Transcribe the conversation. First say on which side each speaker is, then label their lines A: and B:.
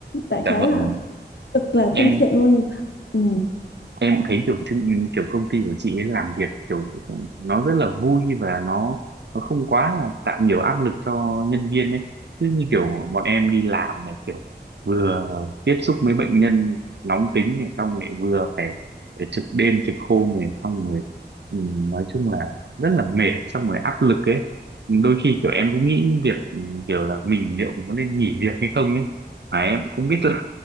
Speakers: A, on the left (about 75°); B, on the right (about 75°).
A: tại
B: dạ
A: khá
B: vâng.
A: là cực là
B: Em
A: thân thiện luôn ừ.
B: em cũng thấy kiểu chương- kiểu công ty của chị ấy làm việc kiểu nó rất là vui và nó nó không quá là tạo nhiều áp lực cho nhân viên ấy chứ như kiểu bọn em đi làm này kiểu vừa tiếp xúc với bệnh nhân nóng tính này xong rồi vừa phải, phải trực đêm trực hôm này xong rồi ừ, nói chung là rất là mệt xong rồi áp lực ấy đôi khi kiểu em cũng nghĩ việc ừ, kiểu là mình liệu mình có nên nghỉ việc hay không ấy mà em cũng không biết là